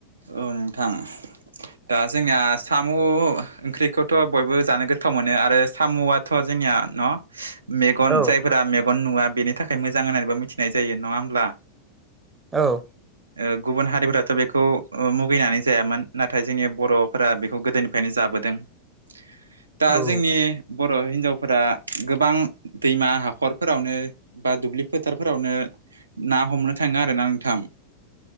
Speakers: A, on the right; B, on the right.
A: औ नोंथां दा जोंनिया साम' ओंख्रिखौथ' बयबो जानो गोथाव मोनो आरो साम'आथ' जोंनिया न' मेगन
B: औ
A: जायफोरा मेगन नुवा बेनि थाखाय मोजां होननानैबो मिथिनाय जायो नङा होमब्ला।
B: औ।
A: ओ गुबुन हारिफोराथ' बे खौ ओ मुगैनानै जायामोन नाथाय जोंनि बर'फोरा बेखौ गोदोनिफ्रायनो जाबोदों ‌। दा
B: औ
A: जोंनि बर' हिन्जावफोरा गोबां दैमा हाखरफोरावनो बा दुब्लि फोथारफोरावनो ना हमनो थाङो आरो ना नोंथां।